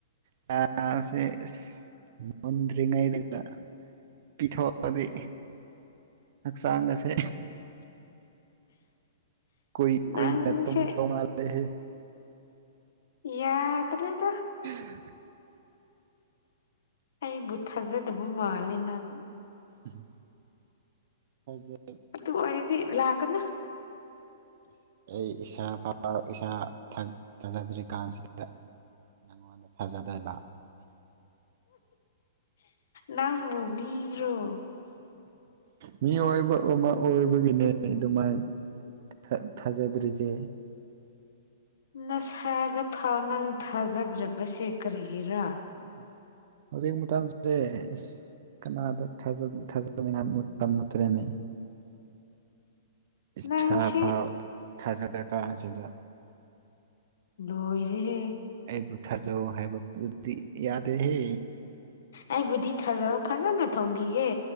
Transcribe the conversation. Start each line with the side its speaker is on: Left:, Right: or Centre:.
Right: ꯆꯥꯕꯁꯦ ꯏꯁ ꯃꯨꯟꯗ꯭ꯔꯤꯉꯩꯗꯒꯥ ꯄꯤꯊꯣꯛꯄꯥꯗꯤ ꯍꯛꯆꯥꯡ ꯒꯥꯁꯦ ꯀꯨꯏ ꯀꯨꯏꯅ
Left: ꯅꯪꯁꯦ
Right: ꯇꯨꯝꯗꯧ ꯃꯜ ꯂꯦꯍꯦ
Left: ꯌꯥꯗ꯭ꯔꯦꯗꯥ
Right: <unintelligible>
Left: ꯑꯩꯕꯨ ꯊꯥꯖꯗꯕ ꯃꯜꯂꯦ ꯅꯪ
Right: ꯎꯝꯍꯝ ꯊꯥꯖꯥ
Left: ꯑꯗꯨ ꯑꯣꯏꯔꯗꯤ ꯂꯥꯛꯀꯥꯅꯨ
Right: ꯏꯁ ꯑꯩ ꯏꯁꯥ ꯐꯥꯎ ꯏꯁꯥ ꯊꯥ ꯊꯥꯖꯗ꯭ꯔꯤ ꯀꯥꯟꯁꯤꯗꯥ ꯅꯪꯉꯣꯟꯗꯥ ꯊꯥꯖꯗꯣꯏꯕ
Left: ꯅꯪꯕꯨ ꯃꯤꯔꯣ
Right: ꯃꯤ ꯑꯣꯏꯕ ꯑꯃ ꯑꯣꯏꯕꯒꯤꯅꯦ ꯑꯗꯨꯃꯥꯏꯟ ꯊꯥ ꯊꯥꯖꯗ꯭ꯔꯤꯖꯦ
Left: ꯅꯁꯥꯗ ꯐꯥꯎ ꯅꯪ ꯊꯥꯖꯗ꯭ꯔꯤꯕꯁꯦ ꯀꯔꯤꯒꯤꯔꯥ
Right: ꯎꯝ ꯎꯝ ꯍꯧꯖꯤꯛ ꯃꯇꯝꯁꯦ ꯏꯁ ꯀꯅꯥꯗ ꯊꯥꯖ ꯊꯥꯖꯅꯤꯡꯉꯥꯏ ꯃꯨꯇꯝ ꯅꯠꯇ꯭ꯔꯦꯅꯦ ꯏꯁꯥ
Left: ꯅꯪꯁꯦ
Right: ꯐꯥꯎ ꯊꯥꯖꯗ꯭ꯔꯥꯀꯥꯟꯁꯤꯗ
Left: ꯂꯣꯏꯔꯦꯍꯦ
Right: ꯑꯩꯕꯨ ꯊꯥꯖꯧ ꯍꯥꯏꯕꯗꯨꯗꯤ ꯌꯥꯗꯦꯍꯦ
Left: ꯑꯩꯕꯨꯗꯤ ꯊꯥꯖꯧ ꯐꯖꯅ ꯊꯣꯡꯕꯤꯒꯦ